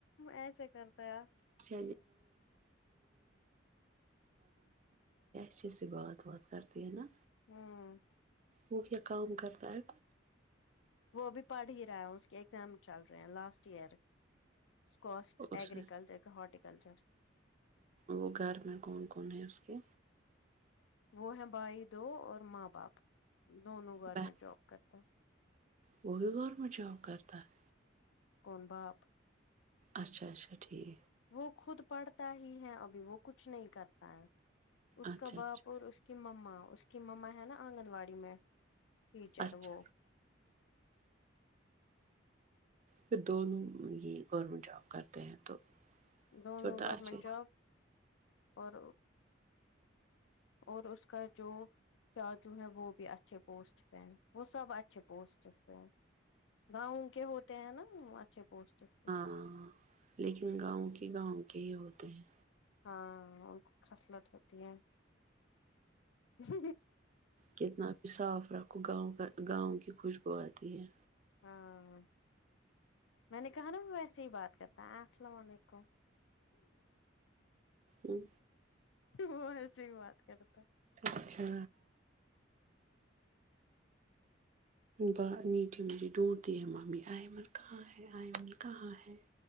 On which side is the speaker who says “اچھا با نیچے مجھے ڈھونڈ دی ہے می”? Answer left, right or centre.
Right